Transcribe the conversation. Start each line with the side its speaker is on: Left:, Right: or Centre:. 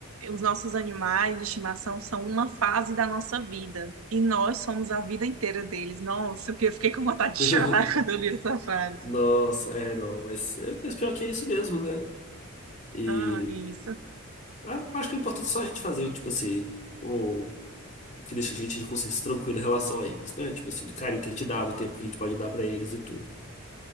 Right: os nossos animais de estimação são uma fase da nossa vida. E nós somos a vida inteira deles. Nossa, que eu fiquei com vontade
Left: <laughs>
Right: de chorar <laughs> quando eu li essa frase.
Left: Nossa, é, não, mas, é, mas pior que é isso mesmo, né? E
Right: Ah, isso.
Left: ah, acho que o importante é só a gente fazer, tipo assim, o, o que deixa a gente de consciência tranquila em relação a eles, né? Tipo assim, do carinho que a gente dá, do tempo que a gente pode dar pra eles e tudo.